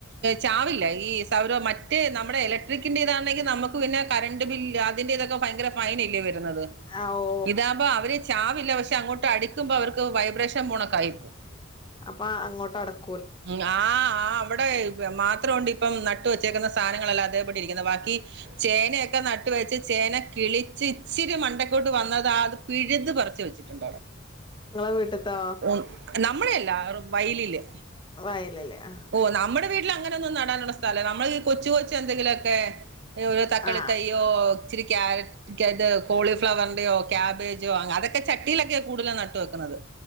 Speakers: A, on the right; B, on the left.
A: ചാവില്ല ഈ സൗര മറ്റേ നമ്മുടെ ഇലക്ട്രിക്കിന്റെ ഇതാണെങ്കിൽ നമുക്ക് പിന്നെ കറണ്ട് ബില്ല് അതിന്റെ ഇതൊക്കെ ഭയങ്കര ഫൈൻ അല്ലേ വരുന്നത്
B: ആ ഓ
A: ഇതാകുമ്പോ അവര് ചാവില്ല പക്ഷെ അങ്ങോട്ട് അടിക്കുമ്പോ അവർക്ക് വൈബ്രേഷൻ പോണൊക്കെ ആയി പോവും
B: അപ്പൊ അങ്ങോട്ട് അടക്കും
A: ആഹ് ആഹ് അവിടെ മാത്രം ഉണ്ട് ഇപ് പ്പം നട്ട് വെച്ചേക്കുന്ന സാധനങ്ങളല്ല അതേപടിരിക്കുന്നത് ബാക്കി ചേനയൊക്കെ ന ട്ട് വെച്ച് ചേന കിളിച്ച് ഇച്ചിരി മണ്ടക്കോട്ട് വന്നത് അത് പിഴുത് പറച്ച് വെച്ചു
B: നിങ്ങളെ വീട്ടത്തോ
A: <inaudible> നമ്മളെ അല്ല വയലില്
B: വയലില് ആഹ്
A: ഓ നമ്മുടെ വീട്ടിൽ അങ്ങനൊന്നും നടാനുള്ള സ്ഥലംല്ല നമ്മൾ ഈ കൊച്ചു കൊച്ച് എന്തെങ്കിലുമൊക്കെ തക്കളി
B: ആ
A: തൈ തയ്യോ ഇച്ചിരി ക്യാരക്ട ക്കത് കോളിഫ്ലവറിന്റെയോ കാബേജോ അതൊക്കെ ചട്ടിയിലൊക്കെയാണ് കൂടുതല നട്ട് വെക്കുന്നത്